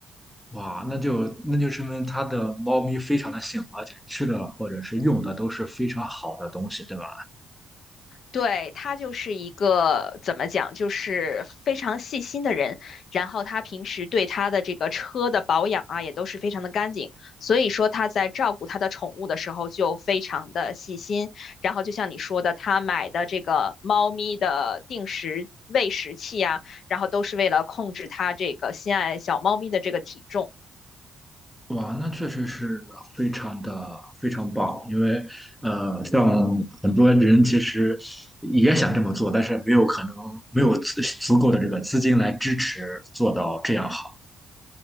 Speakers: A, in the centre; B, on the left.
A: 哇，那就那就说明它的猫咪非常的幸福，而且吃的或者是用的都是非常好的东西，对吧？
B: 对，他就是一个怎么讲，就是非常细心的人。然后他平时对他的这个车的保养啊，也都是非常的干净。所以说他在照顾他的宠物的时候就非常的细心。然后就像你说的，他买的这个猫咪的定时喂食器啊，然后都是为了控制他这个心爱小猫咪的这个体重。
A: 哇，那确实是非常的非常棒，因为呃，像很多人其实也想这么做，但是没有可能没有足足够的这个资金来支持做到这样好。